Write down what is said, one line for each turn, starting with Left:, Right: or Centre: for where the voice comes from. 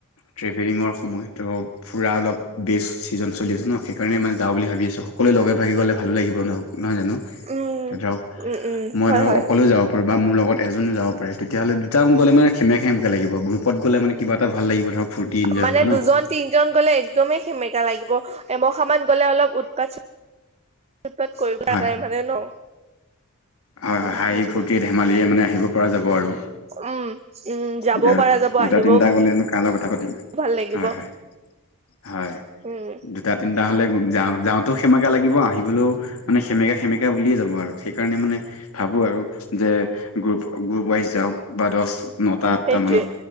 Left: ট্ৰেভেলিঙৰ সময়তো- ফুৰা অলপ বেষ্ট ছিজন চলি আছে ন' সেইকাৰণে মানে যাওঁ বুলি ভাবি আছোঁ। সকলোৱে লগে ভাগে গ'লে ভালো লাগিব ন' নহয় জানোঁ।
Right: উম
Left: তে ধৰক
Right: উম উম
Left: মই
Right: হয়
Left: ধৰক
Right: হয়
Left: অকলেও যাব পাৰো বা মোৰ লগত- এজনো যাব পাৰে তেতিয়া হ'লে দুটাও গ'লে মানে খেমে খেমকৈ লাগিব, গ্ৰুপত গ'লে মানে কিবা এটা ভাল লাগিব ধৰক ফূৰ্তি- এনজয়
Right: মানে
Left: হ'ব ন
Right: দুজন তিনজন গ'লে একদমেই সেমেকা লাগিব, এমখা মান গ'লে অলপ উৎপাত পাত <unintelligible>
Left: হয়
Right: মানে ন'।
Left: হয়, হয়
Right: উম
Left: হাঁহি
Right: সেইটোয়ে
Left: ফূৰটি ধেমালিৰে মানে আহিব পৰা যাব আৰু?
Right: উম, উম যাবও
Left: দিয়ক
Right: পৰা যাব
Left: দুটা,
Right: আহিবও
Left: তিনটা গলেনো কা লৈ কথা পাতিম
Right: ভাল লাগিব
Left: হয়, হয়। হয়
Right: উম
Left: দুটা, তিনটা হলে যাওঁ-যাওঁতেও সেমেকা লাগিব আহিবলৈও মানে সেমেকা সেমেকা উলিয়ে যাব আৰু সেইকাৰণে মানে ভাবো আৰু যে গ্ৰুপ, গ্ৰুপ ৱাইজ যাও বা দচ নত টা আঠতা
Right: সেইটোয়ে
Left: মানত